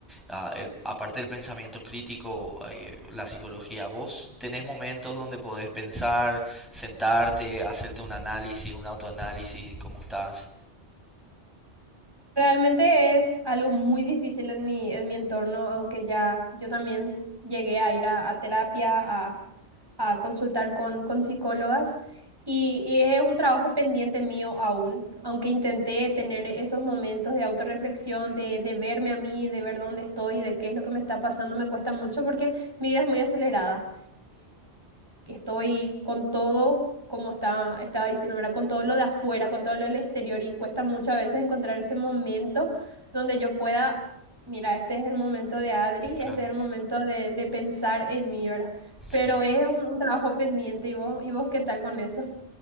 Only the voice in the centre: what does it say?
ah, el, aparte del pensamiento crítico, eh, la psicología. Vos tenés momentos donde podés pensar, sentarte, hacerte un análisis, un autoanálisis, cómo estás.
Claro,
sí.